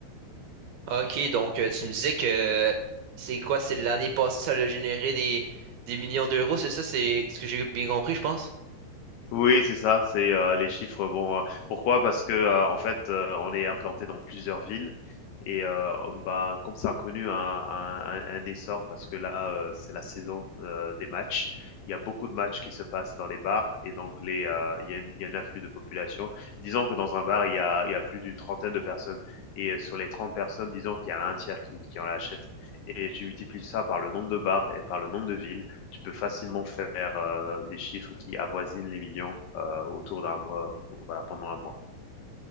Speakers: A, on the right (about 70°); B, on the left (about 75°).
A: OK, donc euh, tu me disais que c'est quoi? C'est l'année passée, ça a généré des, des millions d'euros, c'est ça? C'est ce que j'ai bien compris, je pense?
B: Oui, c'est ça, c'est, heu, les chiffres vont, heu pourquoi? Parce que, heu, en fait, heu, on est implanté dans plusieurs villes et heu, ben, comme ça a connu un un un un essor parce que là, heu, c'est la saison, heu, des matchs. Il y a beaucoup de matchs qui se passent dans les bars et donc les, heu, il y a une il y a un afflux de population. Disons que dans un bar, il y a il y a plus d'une trentaine de personnes et heu, sur les 30 personnes, disons qu'il y en a un tiers qui qui en achète et tu multiplies ça par le nombre de bars et par le nombre de villes tu peux facilement faire euh, des chiffres qui avoisinent les millions euh, autour d'un mois, voilà, pendant un mois.